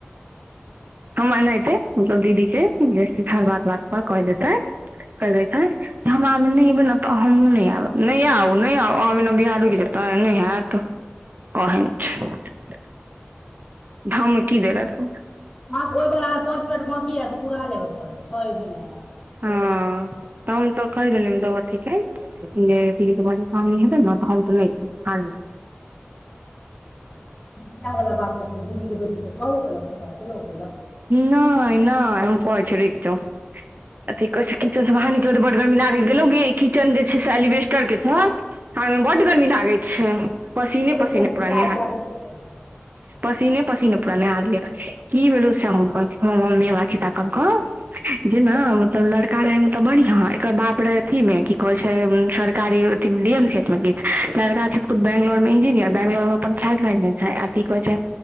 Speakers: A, on the right (about 45°); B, on the left (about 25°).
A: हमर नैतै जो दीदी के गेट हर हर बात बात कहि देतै कहि दै छै हमरा मे नै एबय ने त हमहुँ नै एब नै आउ नहि आउ अहाँ बिना बियाह रुकि जेतै नहि हैत कहै नै छै धमकी देबं तू
B: माँ ओहि बला में पाँच मिनट बांकी हेत तऽ पूरा लेब अपन छये भेल रहै
A: हँ त हम तऽ कहि देलिये लट ठीक ऐ जे पिली ब सामनी हेतै न त हम त नै जेबय
B: इए बला बात लके दीदी के बेटी सब कहबोकेलक हमरा कि नहि
A: नै नै हम कहै छी रुकी जाऊ अथी कहै छै किचन से बाहर निकल तऽ बड गर्मी लागी गेलौ गे किचन जे छै से एलिवेस्टर के छौ हँ ओइमे बड्ड गर्मी लागै छै पसीने
B: बेसन
A: पसीने
B: चाय
A: पुरा नेहेल
B: ताय लगेलक
A: पसीने पसीने पूरा नेहा देलक की भेलो से मम्मी हमरा खिसा कहलकौ जेना मतलब लड़ कार रहय हुनका बढ़ियां एकर बाप रहै अथीमे की कहै छै सरकारी डी एम सी एच मे किछु लड़का छै खुद बैंगलोरमे इंजीनियर बैंगलोरमे अपन फ्लेट खरीदने छै आ की कहै छै